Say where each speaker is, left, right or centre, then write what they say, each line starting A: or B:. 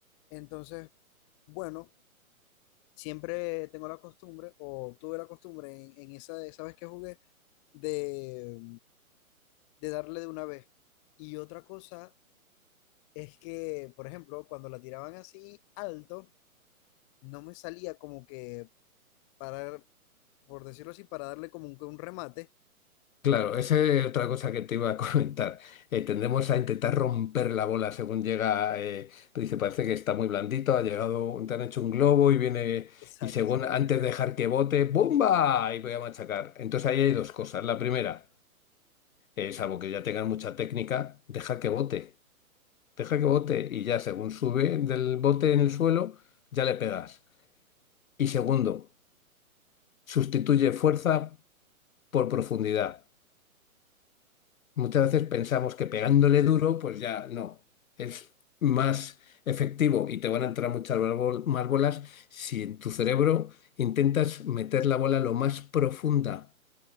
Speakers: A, on the left; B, on the left.
A: entonces, bueno, siempre tengo la costumbre, o tuve la costumbre en, en esa, esa vez que jugué, de de darle de una vez. Y otra cosa es que, por ejemplo, cuando la tiraban así alto, no me salía como que parar, por decirlo así, para darle como un, un remate.
B: Claro, esa es otra cosa que te iba a <laughs> comentar. Eh, tendemos a intentar romper la bola según llega. eh, tú dices, parece que está muy blandito, ha llegado, te han hecho un globo y viene,
A: Exacto,
B: y según
A: exacto.
B: antes de dejar que bote, ¡bomba! Y voy a machacar. Entonces ahí hay dos cosas. La primera, eh, salvo que ya tengan mucha técnica, deja que bote, deja que bote y ya según sube del bote en el suelo, ya le pegas. Y segundo, sustituye fuerza por profundidad. Muchas veces pensamos que pegándole duro, pues ya no, es más efectivo y te van a entrar muchas más bol- más bolas si en tu cerebro intentas meter la bola lo más profunda